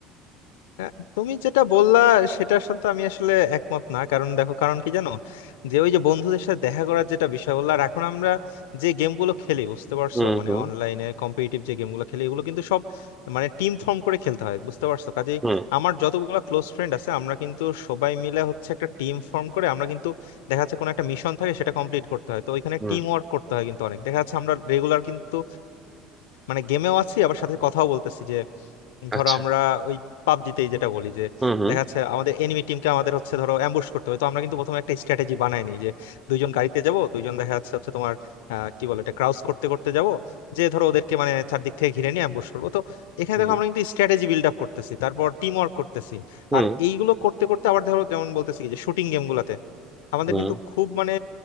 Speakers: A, on the left; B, on the right.
A: হ্যাঁ, তুমি যেটা বললা সেটার সাথে আমি আসলে একমত না কারণ দেখো কারণ কি জানো যে ওই যে বন্ধুদের সাথে দেখা করার যেটা বিষয় বললা আর এখন আমরা যে গেমগুলো খেলি বুঝতে পারছো
B: হুম
A: মানে
B: হুম
A: অনলাইনে কম্পিটিটিভ যে গেমগুলো খেলি এগুলো কিন্তু সব মানে টিম ফর্ম করে খেলতে হয় বুঝতে পারছো কাজেই
B: হুম
A: আমার যতগুলো ক্লোজ ফ্রেন্ড আছে আমরা কিন্তু সবাই মিলে হচ্ছে একটা টিম ফর্ম করে আমরা কিন্তু দেখা যাচ্ছে কোনো একটা মিশন থাকে সেটা কমপ্লিট করতে হয় তো ওইখানে
B: হুম
A: টিম ওয়ার্ক করতে হয় কিন্তু অনেক দেখা যাচ্ছে আমরা রেগুলার কিন্তু মানে গেমেও আছি আবার সাথে কথাও বলতেছি যে ধরো
B: আচ্ছা
A: আমরা ওই পাবজিতে যেটা বলি যে
B: হুম হুম
A: দেখা যাচ্ছে আমাদের এনিমি টিমকে আমাদের হচ্ছে ধরো অ্যাম্বুশ করতে হবে তো আমরা কিন্তু প্রথমে একটা স্ট্র্যাটেজি বানাই নি যে দুইজন গাড়িতে যাব দুইজন দেখা যাচ্ছে হচ্ছে তোমার আহ, কি বলে এটা ক্রাউস করতে করতে যাব যে ধরো ওদেরকে মানে চারদিক থেকে ঘিরে নিয়ে অ্যাম্বুশ করবো তো এখানে
B: হুম
A: দেখো আমরা কিন্তু স্ট্র্যাটেজি বিল্ড আপ করতেছি তারপর টিম ওয়ার্ক করতেছি
B: হুম
A: আর এইগুলো করতে করতে আবার ধরো যেমন বলতেছি যে শুটিং গেম গুলাতে আমাদের
B: হুম
A: কিন্তু খুব মানে